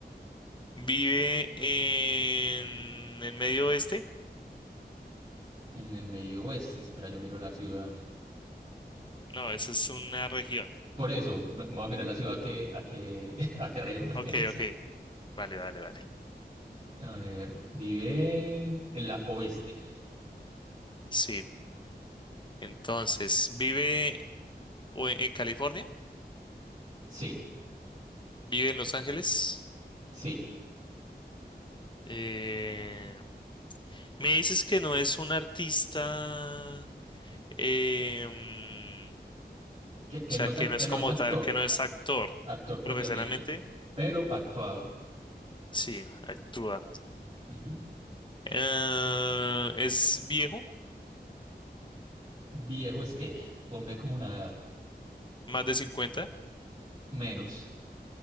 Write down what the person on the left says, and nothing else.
Vive en el medio oeste
No, eso es una región.
Ok, ok. Vale, vale, vale.
Sí. Entonces, vive o en en California,
vive en Los Ángeles.
Eh, me dices que no es un artista, em, o
sea,
que
no
es
como
tal, que no es
actor
profesionalmente.
Sí, actúa.
Eh, es viejo,
más de 50,